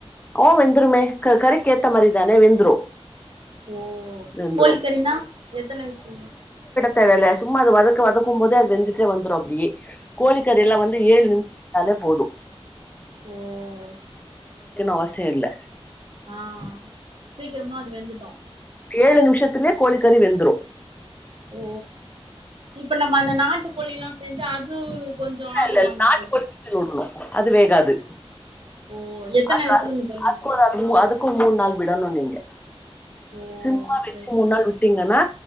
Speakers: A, on the left; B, on the right.
A: ஓ வெந்துருமே க கறிக்கேத்த மாரிதானே வெந்துரு
B: ஓ
A: வெந்துரு
B: கோழிக்கறினா எத்தன விசில்
A: தேவல்ல சும்மா அது வதக்க வதக்கும் போதே அது வெந்துட்டே வந்துரும் அப்டியே கோழிக்கறிலா
B: ஓ
A: வந்து ஏழு நிமிஷ அது போதும்
B: உம்
A: அவசியோ இல்ல
B: ஆஹ் சீக்கிரமா அது வெந்துடு
A: ஏழு நிமிஷத்திலே கோழிக்கறி வெந்துரு
B: ஓ இப்ப நம்ம அந்த நாட்டுக்கோழி எல்லா செஞ்சா அது கொஞ்சோ
A: இல்ல
B: ஆகுல்லங்க
A: இல்ல இ நாட்டுக்கோழி
B: தோழி
A: விசிலுடணு அது வேகாது
B: ஓ எத்தன
A: அது
B: விசிலுங்க
A: அ
B: தோழி
A: அது அ அதுக்கும் மூணு நாளு விடணு நீங்க
B: ஓ
A: சிம்மா வச்சு
B: சரிங்க
A: மூணு நாளு விட்டீங்கன்னா